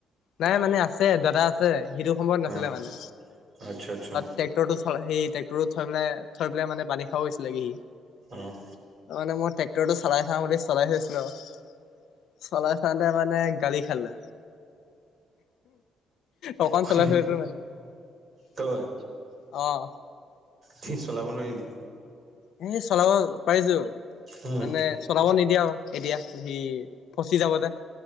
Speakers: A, on the left (about 75°); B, on the right (about 55°).
A: নাই মানে আছে, দাদা আছে সেইটো সময়ত নাছিলে
B: অ'
A: মানে।
B: আচ্ছা আচ্ছা
A: ট্ৰেক্টৰটো সেই ট্ৰেক্টৰৰত থৈ পেলাই, থৈ পেলাই মানে পানী খাব গৈছিলে সি।
B: অ'।
A: তাৰমানে, মই ট্ৰেক্টৰটো চলাই চাওঁ বুলি চলাই চাইছিলোঁ আৰু। চলাই চাওঁতে মানে গালি খালে। অকণ
B: কোনে
A: চলাই থৈছিলোঁ মানে।
B: তই।
A: অ'।
B: কি চলাব নোৱাৰিলি।
A: এ, চলাব পাৰিছোঁ,
B: উম
A: মানে চলাব নিদিয়ে আৰু এতিয়া সি ফচি যাব যে,